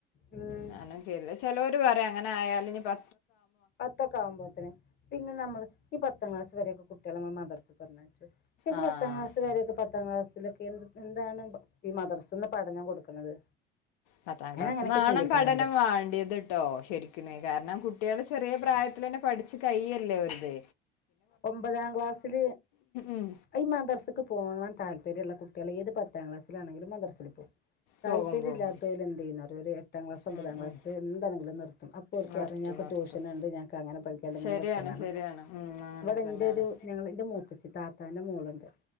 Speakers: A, on the left (about 35°); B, on the left (about 65°).
A: ഉം.
B: ഞാനും കേല്ല ചിലവര് പറയാ അങ്ങ ആയാല് ഞ്ഞ പ
A: പത്തൊക്കെ ആകുമ്പോത്തന്നെ പിന്നെ നമ്മള് ഈ പത്താം ക്ലാസ് വരൊക്കെ കുട്ടികൾ നമ്മൾ മദ്രസ്ക്ക് പറഞ്ഞ
B: ആഹ്
A: പ പത്താം ക്ലാസ് വരൊക്കെ പത്താം ക്ലാസെ എ എന്താണ് ഈ മദ്രസിന്ന് പഠനം കൊടുക്കുന്നത്
B: പത്താം ക്ലാസ്
A: ഞാൻ അങ്ങനെയൊക്കെ
B: നാണം
A: ചിന്തിക്കാറുണ്ട്
B: പഠനം വേണ്ടിയത്ട്ടോ ശരിക്കനേ കാരണം കുട്ടികൾ ചെറിയ പ്രായത്തി തന്നെ പഠിച്ചു കയല്ലേ ഒത്
A: ഒമ്പതാം ക്ലാസ്സില്
B: ഉം
A: ഈ മദ്രസ്ക്ക് പോണാൻ താല്പ പര്യള്ള കുട്ടികൾ ഏത് പത്താം ക്ലാസിലാണെങ്കിലും മന്ത്രസിൽ പോ താല്പര്യംമില്ലാത്ത
B: പോകും പോകും
A: ഓല് എന്ത് ചെയ്യുന്ന എട്ടാം ക്ലാസ് ഒമ്പതാം
B: ഉം
A: ക്ലാസ്
B: ഉം
A: എന്താണെങ്കിലും നിർത്തും അപ്പോക്ക്
B: നിർത്തും
A: പറയും ഞൾക്ക്
B: നിർത്തും
A: ടൂഷനുണ്ട് ഞങ്ങക്ക്ങ്ങന പഠിക്കണ്ട് ഇങ്ങന
B: ശരിയാണ്
A: പഠിക്കണ്ട്
B: ശരിയാണ് ഉം അങ്ങനെ
A: ഇവിടെ എന്റെ
B: തന്നെയാണ്
A: ഒരു ഞങ്ങ എന്റെ മൂത്തത്തി താത്താന്റെ മൂളുണ്ട്